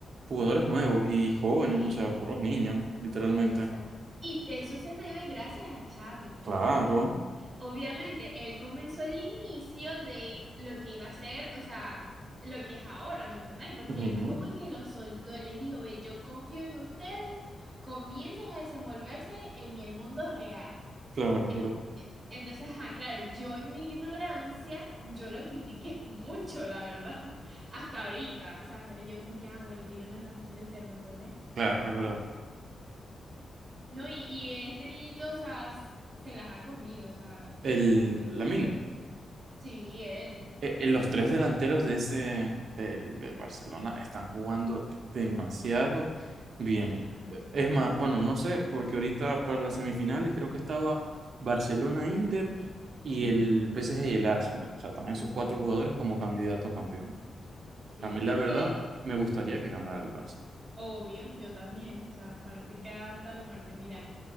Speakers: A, on the right; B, on the right.
A: jugadores nuevos y jóvenes,
B: Sí.
A: o sea, puros niños, literalmente.
B: Exacto. Y eso se debe gracias a Xavi.
A: Claro.
B: Obviamente, él comenzó el inicio de lo que iba a ser, o sea, lo que es ahora, ¿me entendéis? Porque
A: ujú,
B: él fue como el que lo soltó, él les dijo, ve, yo confío en ustedes, comiencen a desenvolverse en el mundo real.
A: Claro,
B: En-
A: es verdad.
B: e- entonces, ajá, claro, yo en mi ignorancia, yo lo critiqué <laughs> mucho, la verdad, <laughs> hasta ahorita, o sea, hasta ahorita yo como que, ah, bueno, tiene una razón de ser, ¿me entendéis?
A: Claro, es verdad.
B: No, y, y este niñito, o sea, s- se las ha comido, o sea, totalmente.
A: El, la
B: Sí, él.
A: eh, eh, los tres delanteros de ese del, del Barcelona están jugando demasiado bien.
B: Ajá,
A: Eh,
B: demasiado.
A: Es más, bueno, no sé, porque ahorita para las semifinales creo que estaba Barcelona-Inter y
B: Ujú,
A: el PSG y el Arsenal. O sea, están esos
B: ujú.
A: cuatro jugadores como candidato a campeón.
B: Sí,
A: A mí,
B: ¿vos
A: la
B: te acordáis?
A: verdad, me gustaría que ganara el Barça.
B: Obvio, yo también, o sea, fanática hasta la muerte, mira.